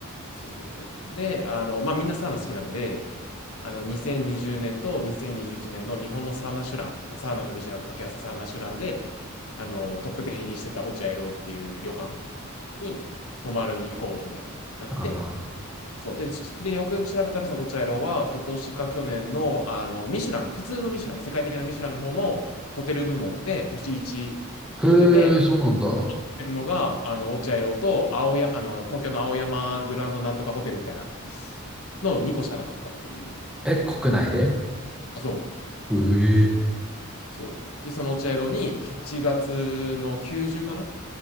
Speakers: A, on the left (about 80°); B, in the centre.
A: そうそうそう。で、あの、まあ、みんなサウナ好きなんで、あの、2020年と2021年の日本のサウナシュラン、サウナとミシュラン掛け合わせサウナシュランで、あの、トップ10入りしてた落合ロっていう旅館に泊まるに行こう、みたいな、なって、
B: あ
A: そうで、しで、よくよく調べたら、その落合楼は、今年か去年の、あの、ミシュラン、普通のミシュラン、世界的なミシュランの方のホテル部門で星1取ってて、
B: あ。へえ、そうなんだ。
A: ってるのが、あの、落合楼と青や、あの、東京の青山グランドなんとかホテルみたいなの2個しかなかったっていう。
B: え、国内で
A: あ、そう、
B: うえ。
A: そう。で、その落合楼に8月の90かな